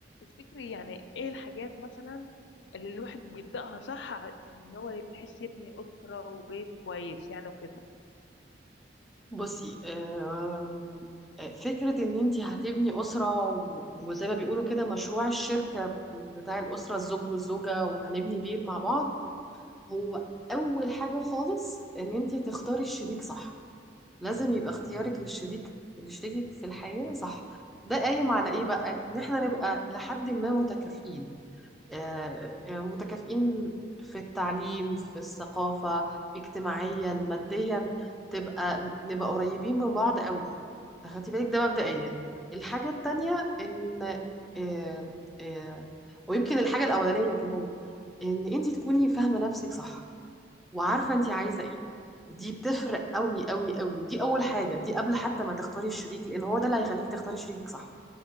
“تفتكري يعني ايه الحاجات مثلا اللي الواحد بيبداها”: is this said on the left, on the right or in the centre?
Left